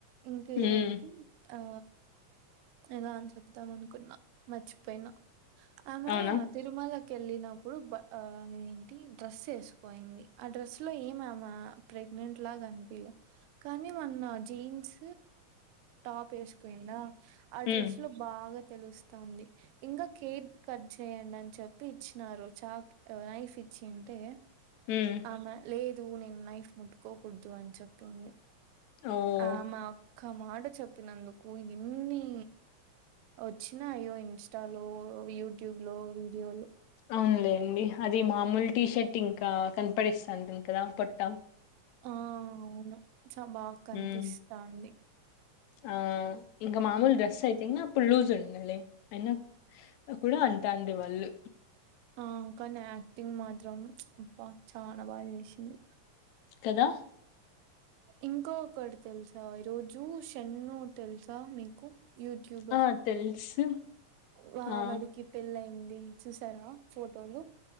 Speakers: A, on the right; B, on the left.
A: ఇంక
B: ఉమ్
A: ఏంటి ఆ ఎదా అని చెప్దాం అనుకున్నా మర్చిపోయినా ఆమ
B: అవునా
A: తిరుమల వెళ్ళినప్పుడు ఏంటి డ్రెస్ వేసుపోయింది ఆ డ్రెస్ లో ఏమి ప్ర ప్రగ్ట్ గా తిలా కానీ మొన్న జీన్స్ టాప్ వేసుపోయిందా ఆ డ్రెస్
B: ఉమ్
A: లో బాగా తెలుస్ంది ఇంకా కేక్ కట్ చేయండి అని చెప్పి ఇచ్చినారు చాక్ నైఫ్ ఇ వచ్చి అంటే
B: ఉమ్
A: ఆమె లేదు నేను నైఫ్ ముట్కోకూడదు అని చెప్తుంది
B: ఓ
A: ఆ మా ఒక్క మాట చెప్పినందుకు ఎన్ని వచ్చినా అయ్యో ఇన్స్టాలో యూట్యూబ్ లో వీడియోలు
B: అవునులేండి అది మామూలు టీ షర్ట్ ఇంకా కనపడిస్తాంటను కదా పొట్టాం
A: ఆ అవును చ బాగా కనిపిస్తాంది
B: మ్మ్ ఆ ఇంకా మామూలు డ్రెస్ అయితే అప్పుడు లూజ్ ఉండాలి అయినా కూడా ఉంటా అడి వాళ్ళు
A: ఆకా నా యాక్టింగ్ మాత్రం బా చాలా బాగా చేసింది
B: కదా
A: ఇంకో ఒకొటి తెలుసు ఆ ఈ రోజూ షన్ను తెలుసా మీకు యూట్యూబర్
B: ఆ తెలుసు
A: వా
B: ఆ
A: వాడికి పెళ్ళి అయింది చూసారా ఫోటోలు